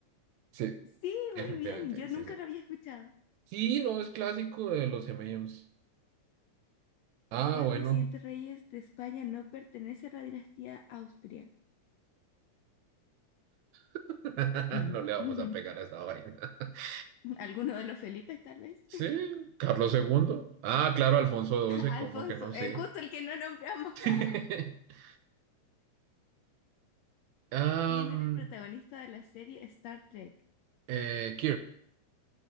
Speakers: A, on the right; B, on the left.
A: Sí,
B: sí,
A: efectivamente,
B: muy bien. Yo nunca
A: sí, sí.
B: lo había escuchado.
A: Sí, no, es clásico de los M&M's. Ah,
B: Cuatro
A: bueno.
B: siguientes reyes de España no pertenece a la dinastía Austria.
A: <laughs>
B: Mm.
A: No le vamos
B: <laughs>
A: a pegar a esa vaina. <laughs>
B: ¿Alguno de los Felipes, tal vez?
A: Sí,
B: <laughs>
A: Carlos II. Ah, claro, Alfonso XII,
B: Alfonso,
A: ¿cómo que no? Sí.
B: eh, justo el que no nombramos.
A: <laughs>
B: <laughs>
A: Um,
B: ¿Quién era el protagonista de la serie Star Trek?
A: eh,